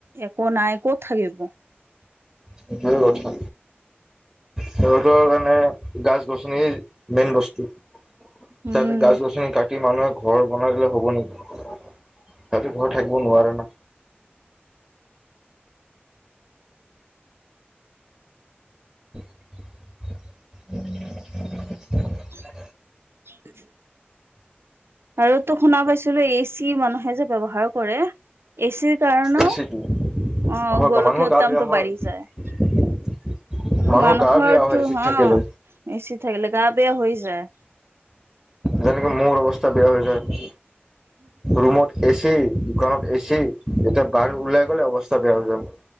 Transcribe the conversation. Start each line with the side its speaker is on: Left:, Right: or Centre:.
Right: একো নাই, ক'ত থাকিব?
Centre: সেইটোৱে কথা সিহঁতৰ কাৰণে গাছ-গছনি মেইন বস্তু,
Right: উম
Centre: যাতে গাছ-গছনি কাটি মানুহে বনাই দিলে হ'ব নেকি? সিহঁতে ঘৰ থাকিব নোৱাৰে না। <unintelligible>
Right: <unintelligible> আৰু টো শুনা পাইছিলো, এ চি মানুহে যে ব্যৱহাৰ কৰে। এচিৰ কাৰণেও,
Centre: এচিটো
Right: অ'গোলকীয়া
Centre: হয় মানুহৰ
Right: উত্তামটো
Centre: গা বেয়া হয়
Right: বাঢ়ি যায়।
Centre: <unintelligible> মানুহৰ
Right: মানুহৰটো
Centre: গা বেয়া হয় এচিত
Right: অ',
Centre: থাকিলে
Right: এ চি থাকিলে, গা বেয়া হৈ যায়।
Centre: যেনেকে মোৰ অৱস্থা বেয়া হৈ যায়, ৰুমত। এ চি, দোকানত এ চি, যেতিয়া বাহিৰত ওলাই গ'লে অৱস্থা বেয়া হৈ যাব।